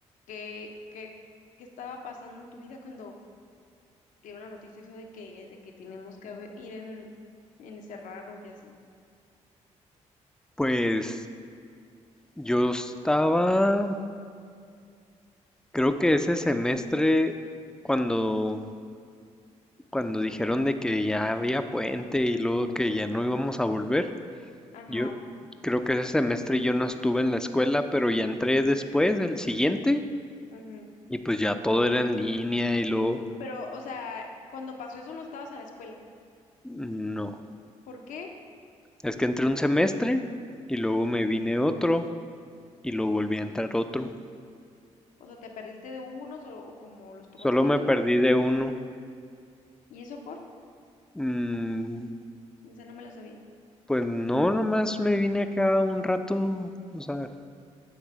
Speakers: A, on the left; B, in the centre.
A: ¿qué, qué, qué estaba pasando en tu vida cuando dieron la noticia esa de que, de que tenemos que haber- ir en, en encerrarnos y así?
B: Pues yo estaba, creo que ese semestre cuando cuando dijeron de que ya había puente y luego que ya no íbamos a volver.
A: Ajá,
B: Yo creo que ese semestre yo no estuve en la escuela, pero ya entré después, el siguiente,
A: ujú.
B: y pues ya todo era en línea y luego,
A: Pero, o sea, cuando pasó eso no estabas en la escuela.
B: no,
A: ¿Por qué?
B: es que entré un semestre y luego
A: Mm,
B: me vine otro y luego volví a entrar otro.
A: O sea, ¿te perdiste de unos o, o como los tomaste
B: Solo me
A: en línea?
B: perdí de uno.
A: ¿Y eso por?
B: Mm,
A: O sea, no me la sabía.
B: pues no, nomás me vine acá un rato, o sea,